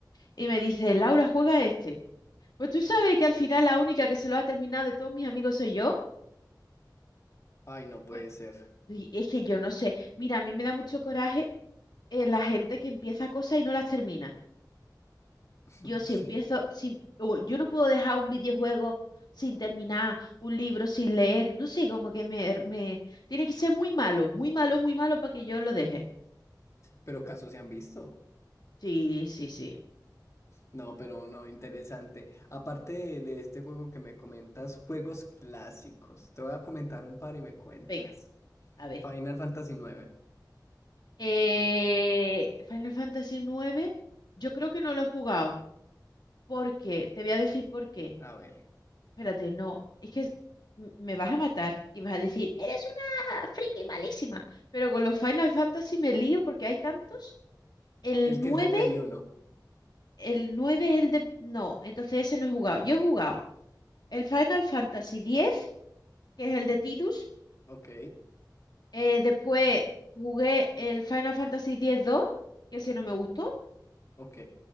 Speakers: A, on the left (about 65°); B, on the left (about 40°).
A: Y me dice, Laura, juega este. Pues tú sabes que al final la única que se lo ha terminado de todos mis amigos soy yo.
B: Ay, no puede
A: Porque,
B: ser.
A: y es que yo no sé. Mira, a mí me da mucho coraje eh, la gente que empieza cosas y no las termina.
B: <laughs>
A: Yo si empiezo, sin, o yo no puedo dejar un videojuego sin terminar, un libro sin leer. No sé, como que me, me tiene que ser muy malo, muy malo, muy malo para que yo lo deje.
B: Pero casos se han visto.
A: Sí, sí, sí.
B: No, pero no, interesante. Aparte de, de este juego que me comentas, juegos clásicos. Te voy a comentar un par y me cuentas.
A: Venga, a ver.
B: Final Fantasy nueve.
A: Eh, Final Fantasy nueve, yo creo que no lo he jugado. ¿Por qué? Te voy a decir por qué.
B: A ver.
A: Espérate, no. Es que m- me vas a matar y vas a decir, eres una friki malísima. Pero con los Final Fantasy me lío porque hay tantos. El
B: El que
A: 9,
B: es de Play Uno.
A: el 9 es el de... No, entonces ese no he jugado. Yo he jugado el Final Fantasy X, que es el de Tidus.
B: Ok.
A: Eh, después jugué el Final Fantasy x dos, que ese no me gustó.
B: Ok.